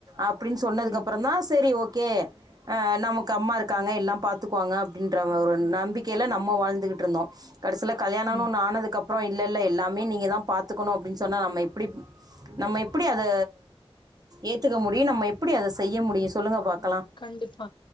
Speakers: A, on the right; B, on the left.
A: அப்டின் சொன்னதுக்கப்பறந்தா
B: ம்
A: சேரி ஓகே ஆ நமக்கு அம்மா இருக்காங்க எல்லாம் பாத் துக்குவாங்க அப்டின்ற ஒரு நம்பிக்கைல நம்ம வாழ்ந்துகுட்ருந்தோ கடசீல கல்யாணோனு
B: ஆமா
A: ஒன்னு ஆனதுக்கப் அப்றோ இல்லல்ல எல்லாமே நீங்க தா பாத்துக்கணும் அப்டின் சொன்னா நம்ம எப்பிடி நம்ம எப்படி அத ஏத்துக்க முடியும் நம்ம எப்படி அத செய்ய முடியும் சொல்லுங்க பாக்கலா
B: கண்டிப்பா